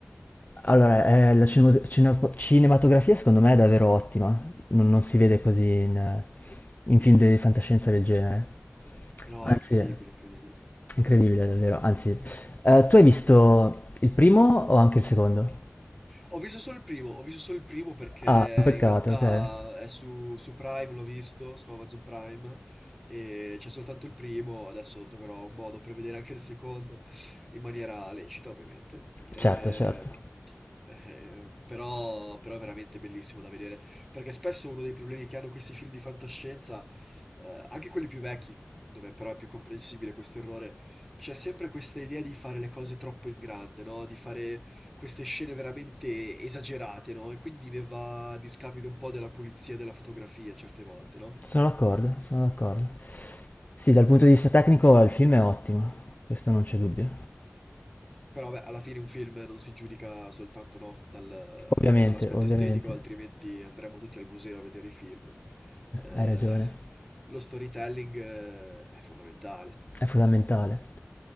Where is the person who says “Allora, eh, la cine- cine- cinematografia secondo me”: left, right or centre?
Left